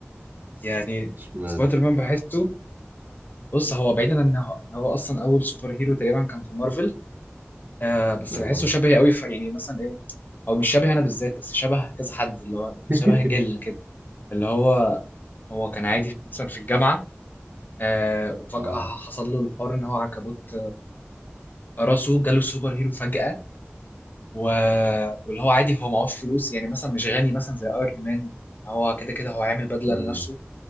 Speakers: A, on the left; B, on the right.
A: يعني
B: اشمعنى
A: سبايدر مان بحسه بص هو بعيدا عن ان هو إن هو اصلا اول سوبر هيرو تقريبا كان في مارفل آه بس
B: اه
A: بحسه شبهي قوي في يعني مثلا ايه او مش شبه انا بالذات بس شبه كذا حد اللي هو
B: <laughs>
A: شبه جيلنا كده اللي هو هو كان عادي مثلا في الجامعه آه وفجاه
B: اه
A: حصل له الحوار ان هو عنكبوت آه، راسه جاله سوبر هيرو فجاه و... واللي هو عادي هو معهوش فلوس يعني مثلا مش غني مثلا زي ايرون مان هو كده كده هو هيعمل بدلة
B: <laughs> مم.
A: لنفسه